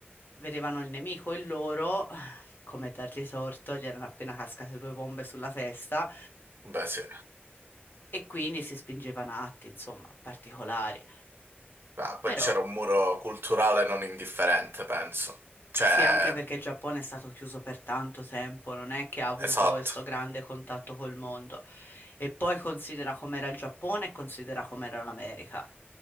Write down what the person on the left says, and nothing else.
Vedevano il nemico e loro, come dargli torto, gli erano appena cascate due bombe sulla testa
e quindi si spingevano a atti, insomma, particolari.
Però
Sì, anche perché il Giappone è stato chiuso per tanto tempo, non è che ha avuto
questo grande contatto col mondo. E poi considera com'era il Giappone e considera com'era l'America.